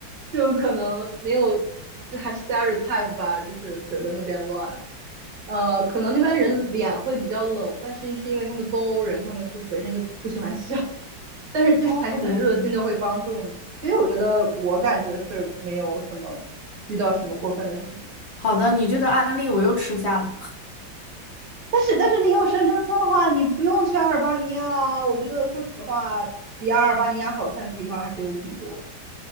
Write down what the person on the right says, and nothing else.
就可能没有，就还 stereotype 吧，就是觉得那边乱，呃，可能那边人脸会比较冷，但是是因为他们东欧人，他们就本身就不喜欢笑，但是就是还是很热心的会帮助你，
所以我觉得我感觉是没有什么遇到什么过分的事情。
但是但是你有深根签的话，你不用去阿尔巴尼亚啊。我觉得说实话，比阿尔巴尼亚好看的地方还是有挺多的，